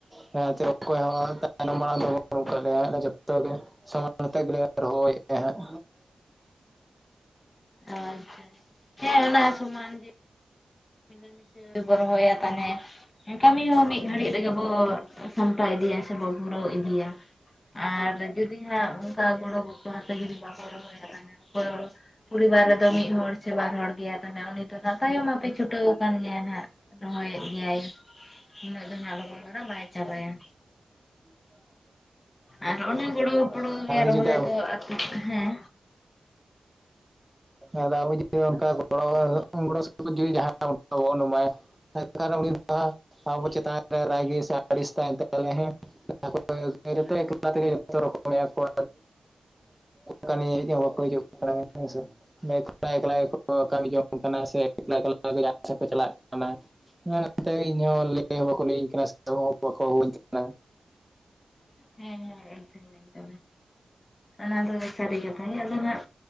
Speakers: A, in the centre; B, on the left.
A: ᱦᱮᱸ ᱚᱠᱚᱭ ᱦᱚᱸ ᱛᱟᱭᱱᱚᱢ ᱵᱟᱲᱟ ᱫᱚ ᱵᱟᱱᱩᱜ ᱠᱟᱜ ᱞᱮᱭᱟ ᱟᱞᱮ ᱡᱚᱛᱚ ᱜᱮ ᱥᱚᱢᱟᱱ ᱠᱟᱛᱮᱜ ᱜᱮᱞᱮ ᱨᱚᱦᱚᱭᱮᱜᱼᱟ ᱦᱟᱸᱜ᱾
B: ᱟᱪᱪᱷᱟ ᱟᱪᱪᱷᱟ ᱦᱮᱸ ᱚᱱᱟ ᱥᱚᱢᱟᱱ ᱜᱮ ᱢᱤᱞᱟᱹᱢᱮᱥᱟ ᱠᱚ ᱨᱚᱦᱚᱭᱟ ᱛᱟᱦᱚᱞᱮ᱾ ᱦᱮᱸ ᱠᱟᱹᱢᱤ ᱦᱚᱸ ᱢᱤᱜ ᱜᱷᱟᱹᱲᱤᱜ ᱨᱮᱜᱮ ᱵᱚ ᱥᱟᱢᱴᱟᱣ ᱤᱫᱤᱭᱟ ᱥᱮᱵᱚ ᱯᱩᱨᱟᱹᱣ ᱤᱫᱤᱭᱟ᱾ ᱟᱨ ᱡᱩᱫᱤ ᱦᱟᱸᱜ ᱚᱱᱠᱟ ᱜᱚᱲᱚ ᱜᱚᱯᱚᱲᱚ ᱛᱮ ᱡᱩᱫᱤ ᱵᱟᱠᱚ ᱨᱚᱦᱚᱭᱟ ᱛᱟᱦᱟ ᱦᱚᱲ ᱯᱚᱨᱤᱵᱟᱨ ᱨᱮᱫᱚ ᱢᱤᱜ ᱦᱚᱲ ᱥᱮ ᱵᱟᱨ ᱦᱚᱲ ᱜᱮᱭᱟ ᱛᱟᱦᱮ ᱩᱱᱤ ᱫᱚ ᱛᱟᱭᱚᱢ ᱢᱟ ᱠᱤᱪᱷᱩ <unintelligible> ᱠᱟᱱ ᱜᱮᱭᱟᱭ ᱦᱟᱸᱜ ᱨᱚᱦᱚᱭᱮᱜ ᱜᱮᱭᱟᱭ ᱩᱱᱟᱹᱜ ᱫᱚ ᱦᱟᱸᱜ ᱞᱚᱜᱚᱱ ᱫᱷᱟᱨᱟ ᱵᱟᱭ ᱪᱟᱵᱟᱭᱟ᱾ ᱟᱨ ᱚᱱᱮ ᱜᱚᱲᱚ ᱜᱚᱯᱚᱲᱚ ᱜᱮ ᱨᱚᱦᱚᱭ
A: ᱡᱩᱫᱤ ᱟᱫᱚ
B: ᱫᱚ ᱟᱹᱛᱩ ᱦᱮᱸ,
A: ᱠᱷᱟᱭ ᱟᱫᱚ ᱟᱵᱚ ᱡᱩᱫᱤ ᱚᱱᱠᱟ ᱜᱚᱲᱚ ᱜᱚᱲᱚ ᱜᱚᱲᱚᱥᱚᱯᱦᱚᱫ ᱦᱚᱸ ᱡᱩᱫᱤ ᱡᱟᱦᱟᱸ ᱚᱝᱠᱟ ᱵᱟᱵᱚᱱ ᱮᱢᱟᱭᱟ᱾ <unintelligible> ᱩᱱᱤ ᱫᱚ ᱟᱵᱚ ᱪᱮᱛᱟᱱ ᱨᱮ ᱨᱟᱜᱤ ᱥᱮ ᱟᱲᱤᱥ ᱛᱟᱦᱮᱸᱱ ᱛᱟᱭᱟ ᱦᱮᱸ ᱛᱚ᱾ <unintelligible> ᱡᱚᱛᱚ ᱨᱚᱠᱚᱢ ᱠᱚ ᱠᱟᱹᱢᱤ ᱦᱮᱜ ᱦᱚᱸ ᱵᱟᱠᱚ ᱦᱤᱡᱩᱜ᱾ <unintelligible> ᱮᱠᱞᱟ ᱮᱠᱞᱟ ᱜᱮᱠᱚ ᱠᱟᱹᱢᱤ ᱡᱚᱝ ᱠᱟᱱᱟ ᱥᱮ ᱮᱠᱞᱟᱮᱠᱞᱟ ᱡᱟᱦᱟᱸ ᱥᱮᱫ ᱠᱚ ᱪᱟᱞᱟᱜ ᱠᱟᱱᱟ᱾ ᱦᱮᱸ ᱱᱛᱮ ᱤᱧᱦᱚ ᱞᱟᱹᱭ ᱦᱚᱸ ᱵᱟᱠᱚ ᱞᱟᱹᱭᱟᱹᱧ ᱠᱟᱱᱟ ᱥᱮ ᱵᱟᱠᱚ ᱦᱚᱧ ᱠᱟᱱᱟ᱾
B: ᱦᱮᱸ ᱦᱮᱸ᱾ <unintelligible> ᱚᱱᱟ ᱫᱚ ᱥᱟᱹᱨᱤ ᱠᱟᱛᱷᱟ ᱜᱮ ᱟᱫᱚ ᱦᱟᱜ